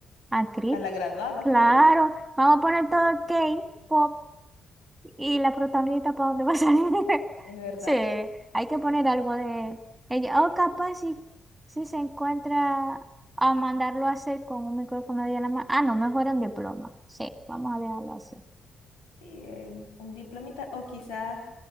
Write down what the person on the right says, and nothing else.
a Cristi.
Claro,
vamos a poner todo K-pop ¿Y la protagonista para dónde va a salir? <laughs>
Sí, hay que poner algo de ella. O capaz si, si se encuentra a mandarlo a hacer con un micrófono de la mano. Ah, no, mejor en diploma. Sí, vamos a dejarlo hacer.